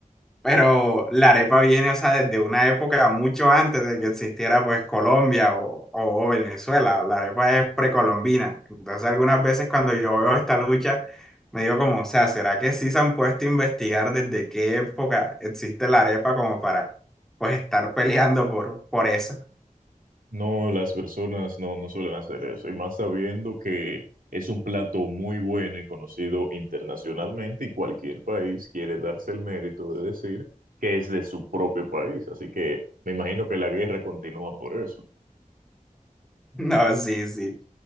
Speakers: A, in the centre; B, on the right (about 80°).
A: Pero la arepa viene, o sea, desde una época mucho antes de que existiera pues Colombia o, o Venezuela. La arepa es precolombina. Entonces algunas veces cuando yo veo esta lucha, me digo como, o sea, ¿será que sí se han puesto a investigar desde qué época existe la arepa como para pues estar peleando por, por eso? <laughs>
B: No, las personas no, no suelen hacer eso, y más sabiendo que es un plato muy bueno y conocido internacionalmente y cualquier país quiere darse el mérito de decir que es de su propio país, así que me imagino que la guerra continúa por eso.
A: No, sí, sí.